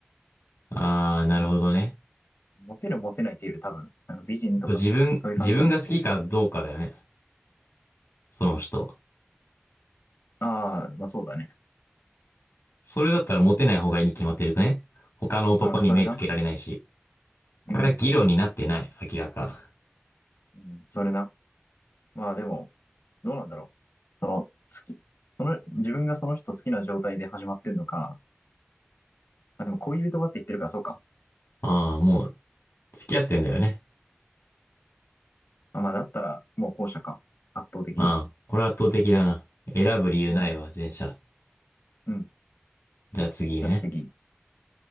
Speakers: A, on the left; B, on the left.
A: ああ、なるほどね。
B: モテるモテないっていうより多分、あの美人とか、
A: 自分、
B: そういう感じなんだろうね。
A: 自分が好きかどうかだよね。その人。
B: ああ、まあそうだね。
A: それだったらモテない方がいいに決まってるくね。他の男に目つけられないし。
B: うん、それな。うん。
A: これは議論になってない、明らか。
B: うん、それな。まあでも、どうなんだろう。その、好き。その、自分がその人好きな状態で始まってんのか。まあ、でも恋人がって言ってるから、そうか。
A: ああ、もう、付き合ってんだよね。
B: まあまあだったら、もう後者か。圧倒的に。
A: ああ、これは圧倒的だな。選ぶ理由ないわ、
B: もうね。
A: 前者。
B: うん。
A: じゃあ次ね。
B: じゃあ次。